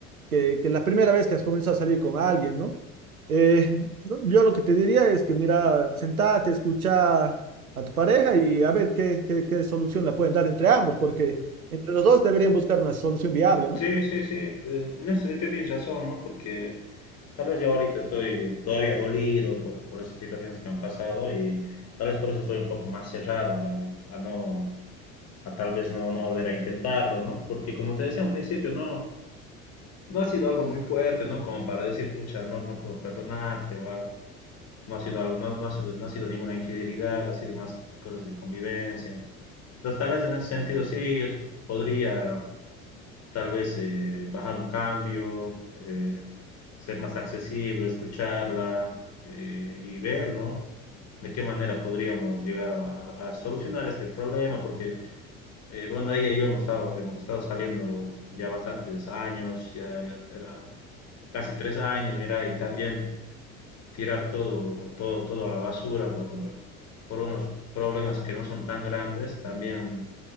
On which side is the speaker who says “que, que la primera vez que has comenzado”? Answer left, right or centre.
Right